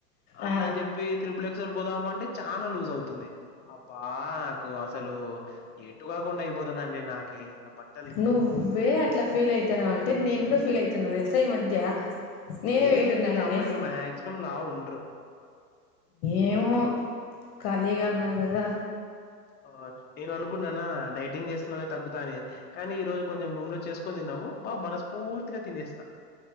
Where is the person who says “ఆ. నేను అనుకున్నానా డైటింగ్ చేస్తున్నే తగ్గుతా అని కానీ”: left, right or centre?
Left